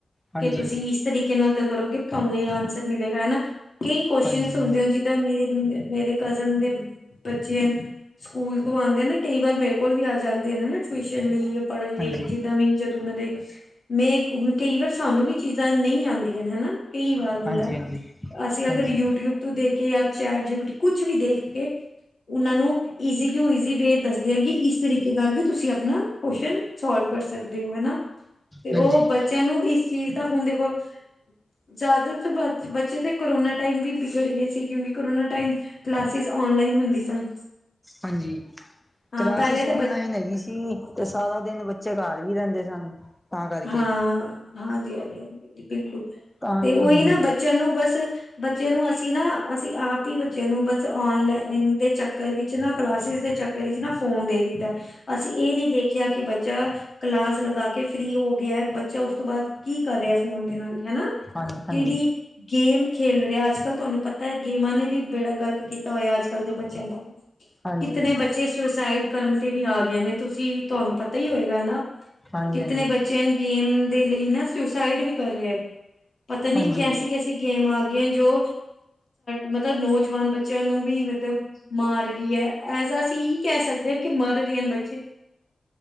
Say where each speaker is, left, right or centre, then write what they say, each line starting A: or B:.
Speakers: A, in the centre; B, on the left.
A: ਹਾਂਜੀ
B: ਕਿ ਤੁਸੀਂ ਇਸ ਤਰੀਕੇ ਨਾਲ ਗੱਲ ਕਰੋ। ਕਿ ਤੁਹਾਨੂੰ ਇਹ ਅਨਸਰ ਮਿਲੇਗਾ ਹਨਾ ਕਈ ਕੂਐਸ਼ਨਸ
A: ਹਾਂਜੀ
B: ਹੁੰਦੇ। ਦਾ ਮੇਰੇ ਮੇਰੇ ਕਜ਼ਨ ਦੇ ਬੱਚੇ ਹਨ। ਸਕੂਲ ਤੋਂ ਆਉਂਦੇ ਨੇ ਕਈ ਵਾਰ ਮੇਰੇ ਕੋਲ ਵੀ ਆ ਜਾਂਦੇ ਨੇ ਨਾ ਟਿਊਸ਼ਨ ਲਈ ਪੜ੍ਹਨ ਲਈ
A: ਹਾਂਜੀ
B: ਜਿੱਦਾਂ
A: ਹਾਂਜੀ
B: ਵੀ। ਜਦੋਂ ਉਹਨਾਂ ਦੇ ਮੈਂ ਹੁਣ ਕਈ ਵਾਰ ਸਾਨੂੰ ਵੀ ਚੀਜ਼ਾਂ ਨਹੀਂ ਆਉਂਦੀਆਂ ਹਨਾ ਕਈ ਵਾਰ। ਹੁੰਦਾ
A: ਹਾਂਜੀ
B: ਅਸੀਂ ਅਗਰ
A: ਹਾਂਜੀ
B: ਯੂਟਿਊਬ ਤੋਂ ਦੇਖ ਜਾਂ ਚੈਟ ਜੀ ਪੀ ਟੀ ਕੁਛ ਵੀ ਦੇਖ ਕੇ। ਉਹਨਾਂ ਨੂੰ ਈਜ਼ੀ ਟੂ ਈਜ਼ੀ ਵੇ ਦੱਸਦੇ ਆਂ ਕਿ ਇਸ ਤਰੀਕੇ। ਨਾਲ ਵੀ ਤੁਸੀਂ ਆਪਣਾ ਕੁਐਸਸ਼ਨ ਸੋਲਵ ਕਰ ਸਕਦੇ ਹੋ ਹਨਾ ਤੇ
A: ਹਾਂਜੀ
B: ਉਹ ਬੱਚੇ। ਬੱਚਿਆਂ ਨੂੰ ਇਸ ਚੀਜ਼ ਦਾ ਹੁਣ ਦੇਖੋ। ਜਿਆਦਾ ਤਾਂ ਬੱਚੇ ਤੇ ਕੋੋਰਾਇਨਾ ਟਾਈਮ ਵੀ ਵਿਗੜ ਗਏ ਸੀ ਕਿਉਂਕਿ। ਕਰੋਨਾ ਟਾਈਮ ਕਲਾਸਿਸ ਔਨਲਾਈਨ ਹੁੰਦੀ ਸਨ।
A: ਹਾਂਜੀ,
B: ਹਾਂ
A: ਕਲਾਸਿਸ
B: ਪਹਿਲੇ ਤੇ
A: ਔਨਲਾਈਨ
B: ਬ
A: ਹੈਗੀ ਸ ਤੇ ਸਾਰਾ ਦਿਨ ਬੱਚੇ ਘੱਰ ਵੀ ਰੈੰਦੇ ਸਨ। ਤਾਂ ਕਰਕੇ
B: ਹਾਂ ਹਾਂਜੀ ਹਾਂਜੀ ਹਾਂਜੀ ਬਿਲਕੁਲ,
A: ਤਾਂ
B: ਤੇ ਓਹੀ
A: ਹਾਂਜੀ
B: ਨਾ ਬੱਚਿਆਂ ਨੂੰ ਬਸ ਬੱਚਿਆਂ ਨੂੰ ਅਸੀਂ ਨਾ ਅਸੀਂ ਆਪ ਹੀ ਬੱਚੇ ਨੂੰ ਬਸ ਔਨਲਾਈਨ ਦੇ ਚੱਕਰ ਵਿੱਚ ਨਾ ਕਲਾਸਿਸ ਦੇ ਚਕ ਵਰੀ ਚ ਨਾ ਫੋਨ ਦੇ ਦਿੱਤਾ ਅਸੀਂ ਏਹ ਨੀ ਦੇਖਿਆ ਕਿ ਬੱਚਾ ਕਲਾਸ ਲਗਾ ਕੇ ਫ੍ਰਰੀ ਹੋ ਗਿਆ ਬੱਚਾ ਉਸ ਤੋਂ ਬਾਦ ਕੀ ਕਰ ਰਿਹਾ ਫੋਨ ਦੇ ਨਾਲ ਹੈਨਾ।
A: ਹਾਂਜੀ
B: ਕਿੜੀ
A: ਹਾਂਜੀ
B: ਗੇਮ ਖੇਲ ਰਿਹਾ ਅੱਜ-ਕੱਲ੍ਹ ਤੁਹਾਨੂੰ ਪਤਾ ਗੇਮਾਂ ਨੇ ਵੀ ਬੇੜਾ ਗਰਕ ਕੀਤਾ ਹੋਇਆ ਅੱਜ-ਕੱਲ੍ਹ ਦੇ ਬੱਚਿਆਂ ਦਾ।
A: ਹਾਂਜੀ
B: ਕਿਤਨੇ ਬੱਚੇ ਸੁਸਾਈਡ ਕਰਨ ਤੇ ਵੀ ਆ ਗਏ ਨੇ ਤੁਸੀਂ ਤੁਹਾਨੂੰ ਪਤਾ ਹੀ ਹੋਏਗਾ ਨਾ।
A: ਹਾਂਜੀ
B: ਕਿਤਣੇ
A: ਹਾਂਜੀ
B: ਬੱਚੇਆ ਨ ਗੇਮ ਦੇ ਲਈ ਨਾ ਸੁਸਾਈਡ ਵੀ ਕਰ ਰਹੇ ਐ। ਪਤਾ ਨੀ
A: ਹਾਂਜੀ
B: ਕੈਸੀ ਕੈਸੀ ਗੇਮ ਆ ਗਈਐ ਜੋ ਮਤਲਬ ਨੌਜਵਾਨ ਬੱਚਿਆਂ ਨੂੰ ਵੀ ਮਤਲਬ ਮਾਰ ਰੀ ਐ। ਐਜ ਆ ਈਹੀ ਕੈ ਸਕਦੇ ਹੈ ਕਿ ਮਰ ਰਹੇ ਹਨ ਬੱਚੇ।